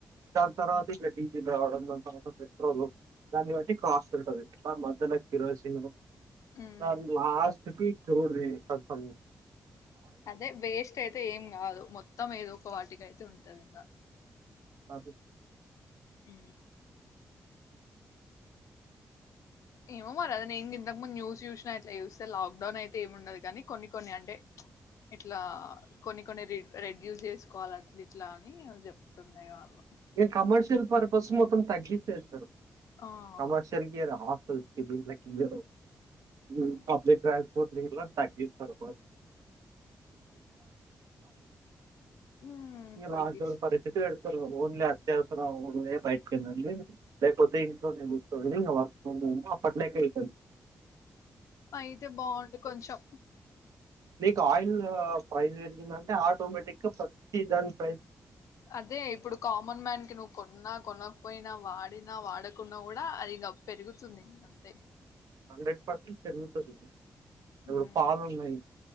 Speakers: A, on the right (about 85°); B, on the left (about 70°).
A: దాని తర్వాత ఇంక డీజిల్ రావడం దాని తర్వాత పెట్రోల్ దాన్ని బట్టి కాస్ట్ ఉంటది ద మధ్యలో కిరోసిన్
B: ఉమ్
A: స లాస్ట్ కి జరురుది క
B: అదే వేస్ట్ అయితే ఏం కాదు మొత్తం ఏదో ఒక వాటికి అయితే ఉంటంది ఇంకా
A: అది
B: ఉ ఏమో మ అదేం ఇకు ముందు న్యూ చూ ట్లా చూస్తే లాక్ డౌన్ అయితే ఏమిండదు కానీ కొన్ని కొన్ని అంటే ఇట్లా కొన్ని కొన్ని రెడ్యూస్ చేసుకోవాలి అట్లా ఇట్లా అని చెప్తున్నా వాళ్ళు
A: ఇ కమర్షియల్ పర్పస్ మొత్తం తగ్గిించసారు
B: ఆ
A: కమర్షియల్కి
B: అదే
A: ఈ రామ్మా <unintelligible>
B: ఉమ్
A: పబ్లిక్ ట్రాన్స్ఫర్ట్ తగ్గిస్తారు
B: ఉమ్
A: ఇ
B: తగ్గిస్
A: లాక్డౌన్ పరిస్థితి పెతు స ఓన్లీ అత్యవసరం బయటకి వెళ్ందండి లేకపోతే ఇంట్లోనే కూర్చోండి ఇం వర్క్ ఫమ్ అప్పట్లోక వెళ్తుదు
B: అయితే బాగుండు కొంచెం
A: నీకు ఆయిల్ ప్రైస్ పెరిగిదంటే ఆటోమెటిగ్గా ప్రతి దానికి
B: అదే ఇప్పుడు కామన్ మ్యాన్ కి నువ్వు కొన్నా కొనకపోయినా వాడినా వాడకున్నా కూడా అది ఇంకా పెరుగుతుంది అంతే
A: హండ్రెడ్ పర్సెంట్ పెరుగుతుంది ఇప్పుడు
B: ఉమ్
A: పాలు ఉన్నాయి